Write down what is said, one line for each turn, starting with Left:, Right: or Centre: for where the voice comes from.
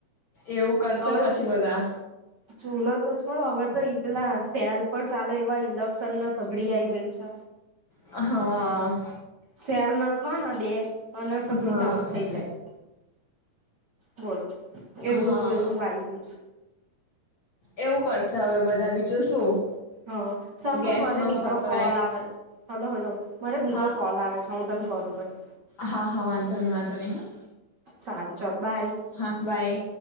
Left: એવું કરશે
Right: હવે
Left: પછી બધા
Right: ચૂલો તો છોડો હવે તો ઇંદડાસ. <unintelligible> પણ ચાલે એવા ઇન્ડક્શન સગડી આઈ ગઈ છે.
Left: હા.
Right: સેલ નાખોને બે અને સગડી
Left: હા
Right: ચાલુ થઈ જાય. બોલ. એવું
Left: હા
Right: એવું આઈ ગયું છે.
Left: એવું કરશે હવે, બધા બીજું શું.
Right: હ સાંભળ
Left: ગેસ
Right: મારે
Left: નો
Right: બીજો
Left: સપ્લાય
Right: કોલ આવે છે હલો, હલો, મારે બીજો
Left: હા
Right: કોલ આવે છે હું તને કરું પછી.
Left: હા. હા. વાંધો નહી વાંધો નહી હા.
Right: સારું ચાલ બાય
Left: હા. બાય.